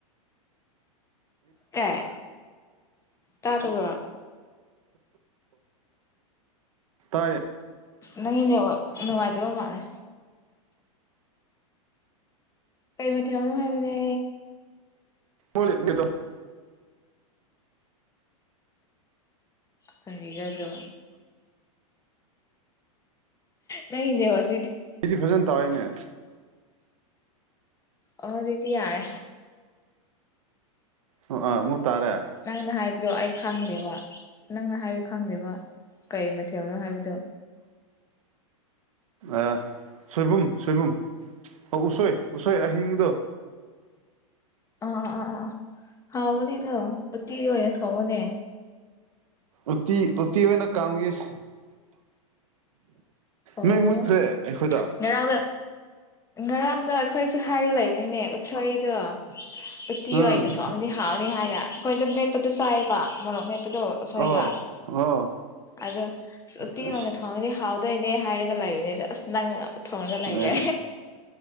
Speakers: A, on the left; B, on the right.
A: ꯀꯥꯏ ꯇꯗꯕꯔꯣ
B: ꯇꯥꯏ
A: ꯅꯪꯒꯤ ꯅꯦꯠꯋꯥꯛ ꯅꯨꯡꯉꯥꯏꯇꯕ ꯃꯥꯜꯂꯦ ꯀꯔꯤ ꯃꯊꯦꯜ ꯂꯧꯅꯣ ꯍꯥꯏꯕꯅꯦ
B: ꯍ ꯃꯤꯇꯝ <inaudible>
A: ꯀꯔꯤꯂ ꯑꯗꯣ ꯅꯪꯒꯤ ꯅꯦꯠꯋꯥꯛ
B: ꯑꯩꯗꯤ ꯐꯖꯅ ꯇꯥꯏꯅꯦ
A: ꯍꯧꯖꯤꯛꯇꯤ ꯌꯥꯏ
B: ꯑꯣ ꯑꯥ ꯇꯥꯔꯦ
A: ꯅꯪꯅ ꯍꯥꯏꯕꯗꯣ ꯑꯩ ꯈꯪꯗꯦꯕ ꯅꯪꯅ ꯍꯥꯏꯕꯣ ꯈꯪꯗꯦꯕ ꯀꯩ ꯃꯊꯦꯜꯅꯣ ꯍꯥꯏꯕꯗꯣ
B: ꯑ ꯁꯣꯏꯕꯨꯝ ꯁꯣꯏꯕꯨꯝ ꯑꯣ ꯎꯁꯣꯏ ꯎꯁꯣꯏ ꯑꯍꯤꯡꯕꯗꯣ
A: ꯑ ꯑ ꯑ ꯍꯥꯎꯕꯅꯦꯗꯣ ꯑꯇꯤ ꯑꯣꯏꯅ ꯊꯣꯡꯉꯣꯅꯦ
B: ꯎꯇꯤ ꯎꯇꯤ ꯑꯣꯏꯅ ꯀꯝꯒꯤꯁꯦ
A: ꯑꯣ
B: ꯃꯩ ꯃꯨꯠꯈ꯭ꯔꯦ ꯑꯩꯈꯣꯏꯗ
A: ꯉꯔꯥꯡꯗ ꯉꯔꯥꯡꯗꯣ ꯑꯩꯈꯣꯏꯁꯨ ꯍꯥꯏꯔꯒ ꯂꯩꯕꯅꯤꯅꯦ ꯎꯠꯁꯣꯏꯗꯣ ꯎꯠꯇꯤ
B: ꯎꯝ
A: ꯑꯣꯏꯅ ꯊꯣꯛꯑꯗꯤ ꯍꯥꯎꯅꯤ ꯍꯥꯏꯅ ꯑꯩꯈꯣꯏꯗ ꯃꯦꯠꯄꯗꯨꯣ ꯆꯥꯏꯌꯦꯕ ꯃꯔꯣꯛ ꯃꯦꯠꯄ ꯑꯗꯣ ꯑꯩꯈꯣꯏꯒ
B: ꯑꯣ ꯑꯣ
A: ꯑꯗꯣ ꯎꯇꯤ
B: ꯑꯁ
A: ꯑꯣꯏꯅ ꯊꯣꯡꯉꯗꯤ ꯍꯥꯎ ꯍꯥꯎꯗꯨꯏꯅꯦ ꯍꯥꯏꯔꯒ ꯂꯩꯔꯦ ꯅꯪ ꯊꯣꯡꯉꯒ ꯂꯩꯔꯦ
B: ꯑꯁ